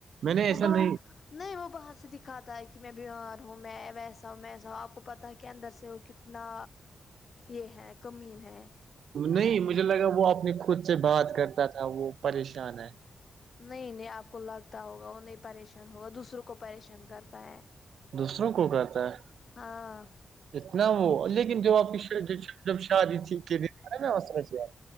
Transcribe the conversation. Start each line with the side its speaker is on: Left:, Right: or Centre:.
Right: میں نے
Left: وہ
Right: ایسا
Left: بہت
Right: نہیں
Left: نہیں وہ باہر سے دکھاتا ہے کہ میں بیمار ہوں میں ویسا ہوں میں ایسا ہوں آپ کو پتاہ ہے کہ اندر سے ہو اتنا یہ ہے کمین ہے
Right: نہیں مجھے لگا وہ اپنی خود سے بات کرتا تھا وہ پریشان ہے
Left: نہیں نہیں آپ کو لگتا ہوگا وہ نہیں پریشان ہوگا دوسروں کو پریشان کرتا ہے
Right: دوسروں کو کرتا ہے
Left: ہاں
Right: اتنا وہ لیکن جو آپ کی جب شادی تھی <unintelligible>